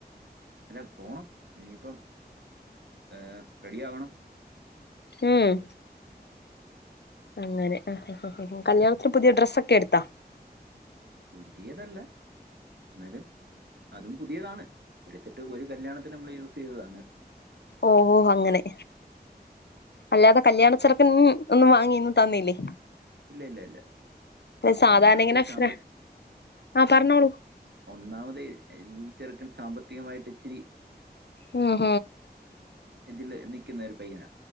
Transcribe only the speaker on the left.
ഉം അങ്ങനെ ആഹ് കല്യാണത്തിന് പുതിയ ഡ്രസ്സ ഒക്കെ എടുത്താ
ഓഹ് ഓഹ് അങ്ങനെ അല്ലാതെ കല്യാണ ചെർക്കൻ ഒന്നും വാങ്ങിന്ന് തന്നില്ലേ
സാധാരണ
ഇങ്ങനെ
ഫ്ര ആഹ് പറഞ്ഞോളൂ
ഉം ഉം